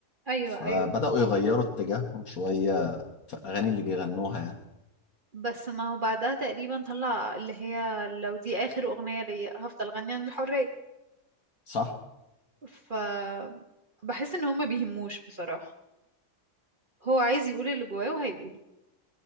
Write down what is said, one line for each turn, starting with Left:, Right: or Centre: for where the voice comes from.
Right: ايوه
Left: فبدأوا
Right: ايوه
Left: يغيروا اتجاههم شوية في الأغاني اللي بيغنوها يعني
Right: بس ما هو بعدها تقريبا طلع اللي هي لو دي اخر اغنية ليا هفضل غني عن الحرية
Left: صح؟
Right: ف بحس ان هما بيهموش بصراحة هو عايز يقول اللي جواه وهيقوله